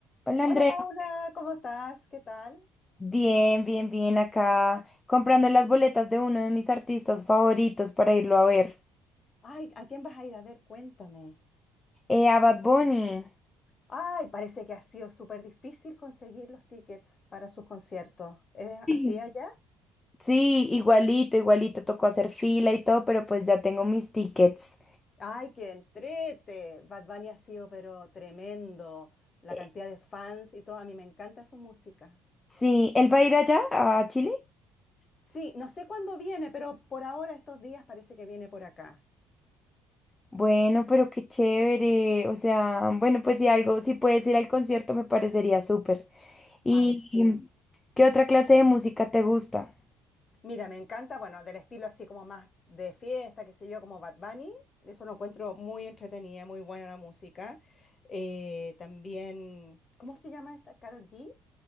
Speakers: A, on the left; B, on the left.
A: Hola
B: Hola
A: Andrea,
B: Paula, ¿cómo estás? ¿Qué tal?
A: bien, bien, bien acá, comprando las boletas de uno de mis artistas favoritos para irlo a ver.
B: Ay, ¿a quién vas a ir a ver? Cuéntame.
A: Eh, a Bad Bunny.
B: Ay, parece que ha sido súper difícil conseguir los tickets para sus conciertos. ¿Es
A: Sí,
B: así allá?
A: Sí, igualito, igualito, tocó hacer fila y todo, pero pues ya tengo mis tickets.
B: Ay, qué entrete. Bad Bunny ha sido pero tremendo. La
A: Eh,
B: cantidad de fans y todo. A mí me encanta su música.
A: Sí, ¿él va a ir allá, a Chile?
B: Sí, no sé cuándo viene, pero por ahora estos días parece que viene por acá.
A: Bueno, pero qué chévere, o sea, bueno, pues si algo, si puedes ir al concierto me parecería súper. ¿Y
B: Ay, sí.
A: qué otra clase de música te gusta?
B: Mira, me encanta, bueno, del estilo así como más de fiesta, qué sé yo, como Bad Bunny. Eso lo encuentro muy entretenida, muy buena la música. Eh, también, ¿cómo se llama esta? Carol G.